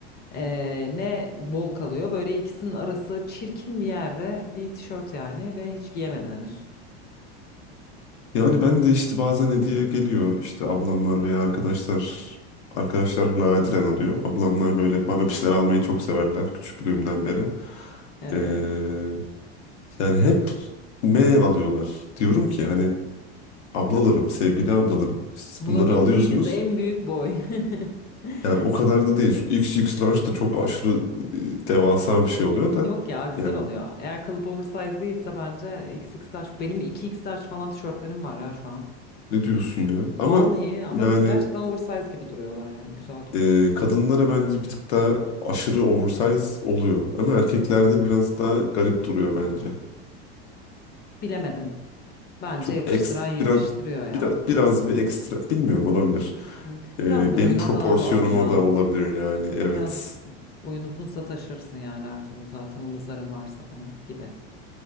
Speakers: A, on the left; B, on the left.
A: E, ne bol kalıyor böyle ikisinin arası çirkin bir yerde bir tişört yani ve hiç giyemedim henüz.
B: Yani ben de işte bazen hediye geliyor işte ablamlar veya arkadaşlar arkadaşlar nadiren oluyor. Ablamlar böyle bana bir şeyler almayı çok severler küçüklüğümden beri.
A: Evet.
B: Ee, yani hep M alıyorlar. Diyorum ki hani ablalarım, sevgili ablalarım siz
A: Bulabildiğiniz
B: bunları alıyorsunuz.
A: en büyük boy. <laughs>
B: Yani o kadar da değil. X X large da çok aşırı e, devasa bir şey oluyor da
A: Yok ya güzel
B: yani
A: oluyor. Eğer kalıp oversize değilse bence XX large. Benim iki x large falan tişörtlerim var ya şu an.
B: ne diyorsun ya? Ama
A: Vallahi ama
B: yani
A: gerçekten oversize gibi duruyorlar yani güzel duruyor.
B: e, kadınlara bence bir tık daha aşırı oversize oluyor. Ama erkeklerde biraz daha garip duruyor bence.
A: Bilemedim. Bence
B: Çok
A: yakıştıran
B: eks,
A: yakıştırıyor
B: biraz,
A: ya.
B: biraz, biraz bir ekstra. Bilmiyorum olabilir.
A: Hı.
B: E,
A: Biraz boyuna
B: benim proporsiyonuma
A: falan bağlı ya.
B: da olabilir yani evet.
A: Biraz boyun uzunsa taşırsın yani her türlü zaten omuzların varsa falan gibi.